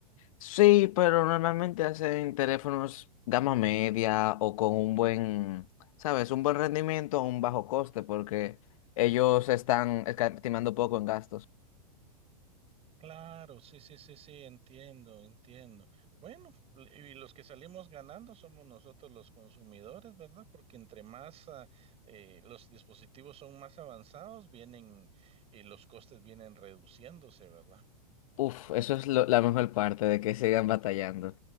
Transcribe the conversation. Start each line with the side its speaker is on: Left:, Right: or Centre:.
Left: Sí, pero normalmente hacen teléfonos gama media o con un buen, ¿sabes? Un buen rendimiento a un bajo coste porque ellos están escatimando poco en gastos.
Right: Claro, sí, sí, sí, sí, entiendo, entiendo. Bueno, l- y los que salimos ganando somos nosotros los consumidores, ¿verdad? Porque entre más ah, eh, los dispositivos son más avanzados, vienen y los costes vienen reduciéndose, ¿verdad?
Left: Uf, eso es lo- la mejor parte de que sigan batallando.